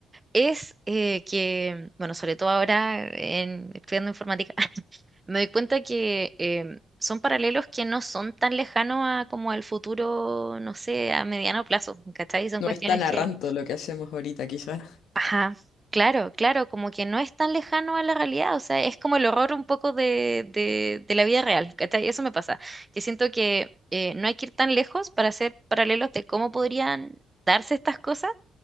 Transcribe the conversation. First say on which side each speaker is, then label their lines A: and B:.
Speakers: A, on the right (about 20°); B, on the left (about 80°).
A: es eh, que, bueno, sobre todo ahora en, estudiando informática, <laughs> me doy cuenta que em, son paralelos que no son tan lejanos a como al futuro, no sé, a mediano plazo, ¿cachai? Son
B: No
A: cuestiones
B: es tan arranto
A: que,
B: lo que hacemos ahorita, quizás.
A: ajá, claro, claro, como que no es tan lejano a la realidad, o sea, es como el horror un poco de, de, de la vida real, ¿cachai? Eso me pasa, que siento que eh, no hay que ir tan lejos para hacer paralelos de cómo podrían darse estas cosas